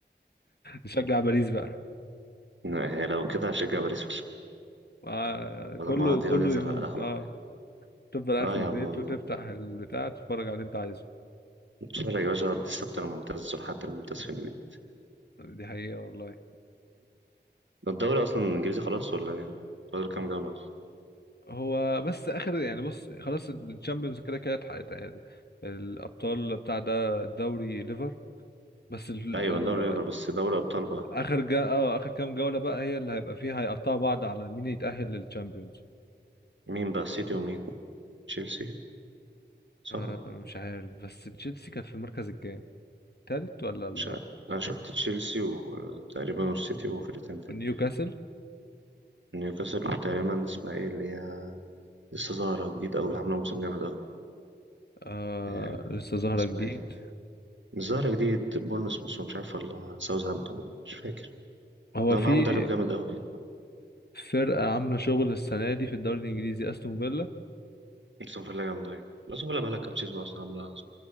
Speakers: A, on the left (about 60°); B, on the right (about 85°).
A: نشجع باريس بقى
B: يعني لو كده هشجع باريس فشخ
A: آه، كله
B: لما يقعد
A: كله
B: يقعد ينزل
A: يهون
B: على القهوة
A: اه تفضل قاعد
B: اه
A: في البيت
B: يا عم والله
A: وتفتح البتاع تتفرج على اللي انت عايزه
B: نتفرج يا باشا على السبت الممتاز والحد الممتاز في البيت
A: دي حقيقه والله
B: ده الدوري اصلا الانجليزي خلاص ولا ايه فاضل كام جولة أصلاً؟
A: هو بس اخر يعني بص خلاص الشامبيونز كده كده اتحققت الابطال بتاع ده الدوري ليفر بس ال...
B: ايوه
A: ال...
B: دوري ليفر بس دوري ابطال بقى
A: اخر جا... اه اخر كام جولة بقى هي اللي هيبقى فيها هيقطعوا بعض على مين يتأهل للتشامبيونز
B: مين بقى سيتي ومين تشيلسي صح
A: آه مش عارف بس تشيلسي كانت في المركز الكام التالت ولا ال...
B: مش عارف. انا شفت تشيلسي وتقريبا والسيتي وفرقتين تاني
A: نيوكاسل
B: نيوكاسل وتقريبا اسمها ايه اللي هي لسه ظاهرة جديد أوي عاملة موسم جامد أوي
A: آه
B: إيه،
A: لسه ظاهرة
B: اسمها
A: جديد
B: ايه مش ظاهرة جديد بورنموث مش عارف ولا ساوثهامبتون مش فاكر
A: هو
B: ده
A: في
B: معاه مدرب جامد أوي
A: فرقة عاملة شغل السنة دي في الدوري الإنجليزي أستون فيلا
B: استون فيلا جامد أوي استون فيلا بقالها كام سيزون أصلا عاملة